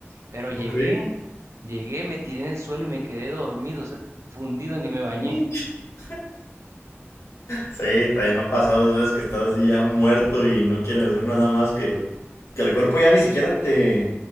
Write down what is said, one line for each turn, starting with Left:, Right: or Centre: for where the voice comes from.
Right: Pero llegué,
Left: Ok.
Right: Llegué, me tiré en el suelo y me quedé dormido, o sea, fundido, ni me bañé.
Left: <laughs>
Right: <laughs>
Left: Sí, también me ha pasado dos veces que estás así ya muerto y no quieres hacer nada más que, que el cuerpo ya ni siquiera te,